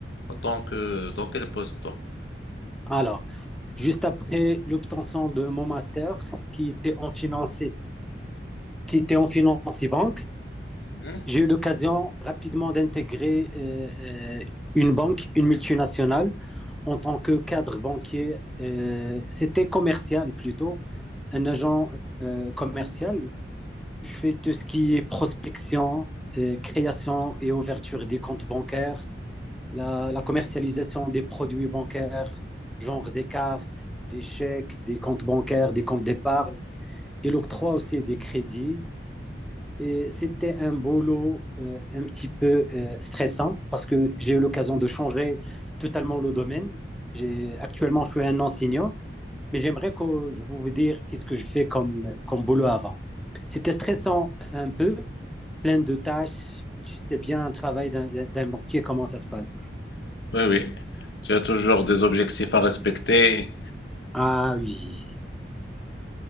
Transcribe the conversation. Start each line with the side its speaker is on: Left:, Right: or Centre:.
Left: en tant que... Dans quel poste, toi?
Centre: Alors, juste après l'obtention de mon master qui était en finance, qui était en finance et banque,
Left: Mhm.
Centre: j'ai eu l'occasion rapidement d'intégrer euh, euh, une banque, une multinationale, en tant que cadre banquier. euh, C'était commercial plutôt, un agent euh, commercial. Je fais tout ce qui est prospection, euh, création et ouverture des comptes bancaires, la, la commercialisation des produits bancaires, genre des cartes, des chèques, des comptes bancaires, des comptes d'épargne, et l'octroi aussi des crédits et C'était un boulot euh, un petit peu euh, stressant parce que j'ai eu l'occasion de changer totalement le domaine. J'ai, actuellement, je suis un enseignant, mais j'aimerais que je vous dire qu'est-ce que je fais comme, comme boulot avant. C'était stressant un peu, plein de tâches. Tu sais bien, un travail d'un, d'un banquier, comment ça se passe.
Left: Oui, oui. Tu as toujours des objectifs à respecter.
Centre: Ah oui.